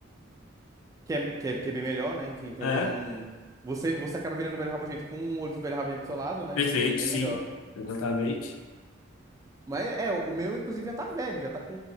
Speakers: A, on the right; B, on the left.
A: Que é, que é, que é bem melhor, né? Enfim, tem,
B: É,
A: tem um. Você, você acaba virando um velho rabugento com um outro velho rabugento do seu lado, né?
B: perfeito,
A: Enfim, bem
B: sim.
A: melhor.
B: Exatamente.
A: Mas é, o meu, inclusive, já tá velho, já tá com